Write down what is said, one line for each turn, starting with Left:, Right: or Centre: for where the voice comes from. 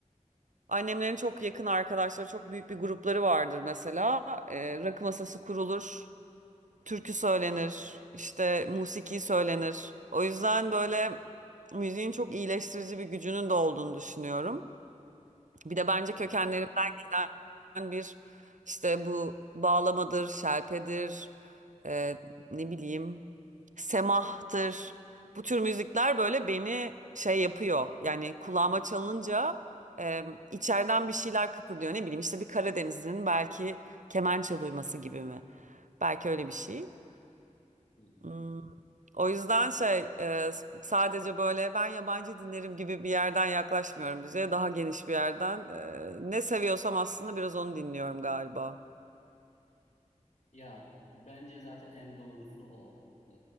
Right: annemlerin çok yakın arkadaşları çok büyük bir grupları vardır mesela. Ee, rakı masası kurulur, türkü söylenir, işte musiki söylenir. O yüzden böyle müziğin çok iyileştirici bir gücünün de olduğunu düşünüyorum. Bir de bence
Left: Hmm.
Right: kökenlerimden gelen bir işte bu bağlamadır, şelpedir, e, ne bileyim semahtır. Bu tür müzikler böyle beni şey yapıyor. Yani kulağıma çalınca e, içeriden bir şeyler kıpırdıyor. Ne bileyim işte bir Karadenizli'nin belki kemençe duyması gibi mi? Belki öyle bir şey.
Left: Hı hı.
Right: Hmm. O yüzden şey e, sadece böyle ben yabancı dinlerim gibi bir yerden yaklaşmıyorum müziğe. Daha geniş bir yerden. E, ne seviyorsam aslında biraz onu dinliyorum galiba.
Left: Ya bence zaten en doğrusu o. E,